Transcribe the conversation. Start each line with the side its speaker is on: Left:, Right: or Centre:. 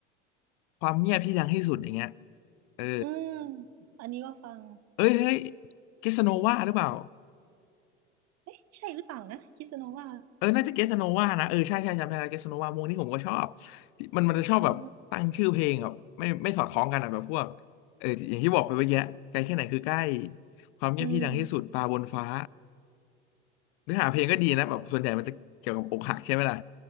Left: ความเงียบที่ดังที่สุดอย่างเงี้ยเออ
Right: อืมอันนี้ก็ฟัง
Left: เอ้ยเฮ้ยกิสโนวาหรือเปล่า
Right: เอ๊ะใช่หรือเปล่านะคิสโนวา
Left: เออน่าจะเกสโนวานะเออใช่ใช่ จำได้แล้วเกสโนวาวงนี้ผมก็ชอบ มันมันจะชอบแบบตั้งชื่อเพลงแบบไม่ไม่สอดคล้องกันอะแบบพวก
Right: อ่า
Left: เอออย่างที่บอกไปเมื่อกี้ไกลแค่ไหนคือใกล้ความเงียบที่ดังที่สุดปลาบนฟ้า
Right: อืม
Left: เนื้อหาเพลงก็ดีนะแบบส่วนใหญ่มันจะเกี่ยวกับอกหักใช่ไหมล่ะ